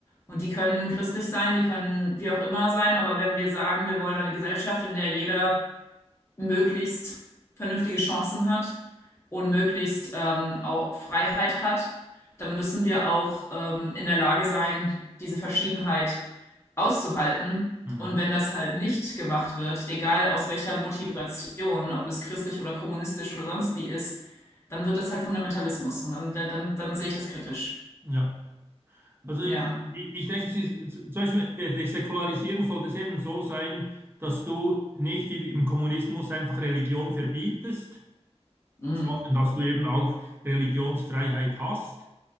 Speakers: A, on the left; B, on the right.
A: Und die können christlich sein, die können wie auch immer sein, aber wenn wir sagen, wir wollen eine Gesellschaft, in der jeder möglichst vernünftige Chancen hat und möglichst ähm, auch Freiheit hat, dann müssen wir auch ähm, in der Lage sein, diese Verschiedenheit auszuhalten.
B: mhm.
A: Und wenn das halt nicht gemacht wird, egal aus welcher Motivation, ob es christlich oder kommunistisch oder sonst wie ist, dann wird das halt Fundamentalismus. Und dann, dann, dann, dann sehe ich das kritisch.
B: Ja. Also
A: Ja.
B: ich, ich denke, sie, z- zum Beispiel bei der Säkularisierung sollte es eben so sein, dass du nicht i- im Kommunismus einfach Religion verbietest,
A: Mhm.
B: sondern dass du eben auch Religionsfreiheit hast.